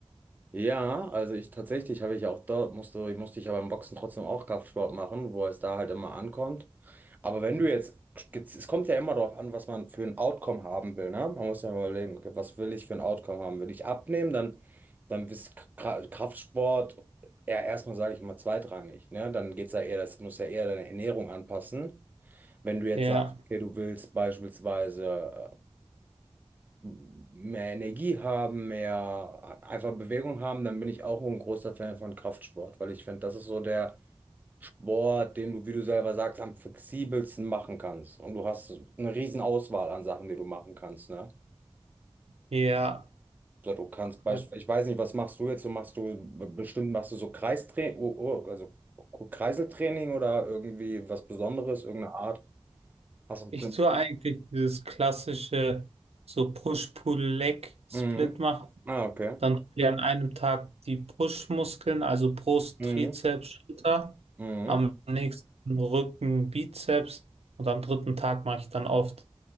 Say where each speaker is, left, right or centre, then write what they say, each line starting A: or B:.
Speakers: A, on the right (about 15°); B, on the right (about 85°).
A: Ja, also ich tatsächlich habe ich auch dort, musste, musste ich ja beim Boxen trotzdem auch Kraftsport machen, wo es da halt immer ankommt. Aber wenn du jetzt, es kommt ja immer darauf an, was man für ein Outcome haben will, ne? Man muss ja mal überlegen, okay, was will ich für ein Outcome haben? Will ich abnehmen? Dann, dann ist Kra- Kraftsport eher erstmal, sage ich mal, zweitrangig, ne? Dann geht's ja eher, das muss ja eher deine Ernährung anpassen. Wenn du jetzt
B: Ja.
A: sagst, okay, du willst beispielsweise äh, mehr Energie haben, mehr einfach Bewegung haben, dann bin ich auch ein großer Fan von Kraftsport, weil ich finde, das ist so der Sport, den du, wie du selber sagst, am flexibelsten machen kannst. Und du hast eine riesen Auswahl an Sachen, die du machen kannst, ne?
B: Ja.
A: So, du kannst
B: Kraft.
A: beispielsweise, ich weiß nicht, was machst du jetzt? Du machst du b- bestimmt machst du so Kreistraining, oh, oh, also Kreiseltraining oder irgendwie was Besonderes, irgendeine Art. Hast du
B: Ich
A: bestimmt.
B: tue eigentlich dieses klassische so Push-Pull-Leg-Split
A: Mhm.
B: machen.
A: Ah, okay.
B: Dann tue ich an einem Tag die Push-Muskeln, also Brust,
A: Mhm.
B: Trizeps, Schulter.
A: Mhm.
B: Am nächsten Rücken, Bizeps. Und am dritten Tag mache ich dann oft